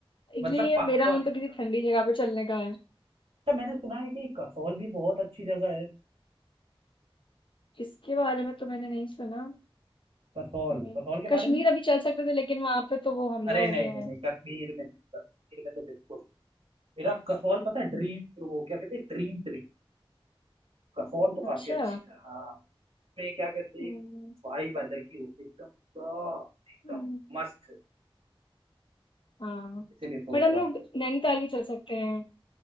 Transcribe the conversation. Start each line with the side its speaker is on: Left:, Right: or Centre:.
Left: इसलिए
Right: मतलब पहाड़ों
Left: मेरा
Right: वाली
Left: मन तो
Right: जगह
Left: किसी ठंडी जगह पे चलने का है
Right: अच्छा मैंने सुना है कि कसौल भी बहुत अच्छी जगह है
Left: इसके बारे में तो मैंने नहीं सुना
Right: कसौल
Left: हमें-
Right: कसौल के
Left: कश्मीर
Right: बारे में नहीं
Left: अभी चल सकते थे लेकिन वहां पे तो वो हमला
Right: अरे
Left: हो
Right: नहीं
Left: गया
Right: नहीं
Left: है
Right: नहीं कश्मीर में नहीं कश्मीर में तो बिल्कुल नहीं। मेरा कसौल पता है
Left: हम्म,
Right: ड्रीम वो क्या कहते हैं ड्रीम ट्री कसौल तो काफी
Left: अच्छा
Right: अच्छा है हाँ में क्या कहते
Left: हम्म,
Right: हैं वाइब अलग ही होती है, एकदम पूरा- एकदम
Left: हम्म,
Right: मस्त
Left: हाँ
Right: इसीलिए सोच
Left: बट हम
Right: रहा
Left: लोग
Right: हूँ
Left: नैनीताल भी चल सकते हैं